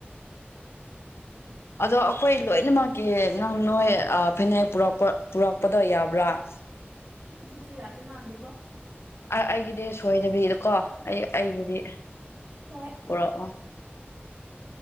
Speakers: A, on the left; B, on the right.
A: ꯑꯗꯣ ꯑꯩꯈꯣꯏ ꯂꯣꯏꯅꯃꯛꯀꯤ ꯅꯪ ꯅꯣꯏ ꯐꯅꯦꯛ ꯄꯨꯔꯛꯄ ꯄꯨꯔꯛꯄꯗꯣ ꯌꯥꯕ꯭ꯔꯥ
B: ꯑꯗꯨꯗꯤ ꯌꯥꯗꯨ ꯃꯥꯥꯟꯗꯦꯕꯣ
A: ꯑꯩꯒꯤꯗꯤ ꯁꯣꯏꯗꯕꯤꯗꯀꯣ ꯑꯩ ꯑꯩꯒꯤꯗꯤ
B: ꯍꯣꯏ
A: ꯄꯨꯔꯛꯑꯣ